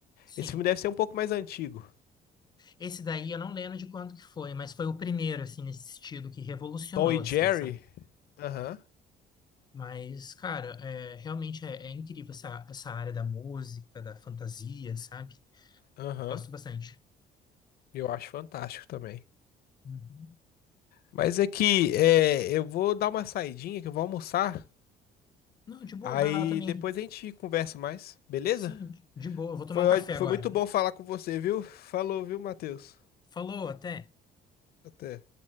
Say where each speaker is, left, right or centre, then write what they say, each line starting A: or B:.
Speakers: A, on the left; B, on the left.
A: Sim.
B: Esse filme deve ser um pouco mais antigo.
A: Esse daí eu não lembro de quanto que foi, mas foi o primeiro, assim, nesse sentido, que revolucionou,
B: Tom e
A: assim,
B: Jerry?
A: sabe?
B: Aham,
A: Mas, cara, é, realmente é, é incrível essa, essa área da música, da fantasia, sabe?
B: aham.
A: Eu gosto bastante.
B: Eu acho fantástico também.
A: Uhum.
B: Mas é que é, eu vou dar uma saidinha, que eu vou almoçar.
A: Não, de boa,
B: Aí
A: vai lá também.
B: depois a gente conversa mais, beleza?
A: Sim, de boa, vou tomar
B: Foi,
A: um
B: ó-
A: café
B: foi
A: agora.
B: muito bom falar com você, viu? Falou, viu, Matheus?
A: Falou, até.
B: Até.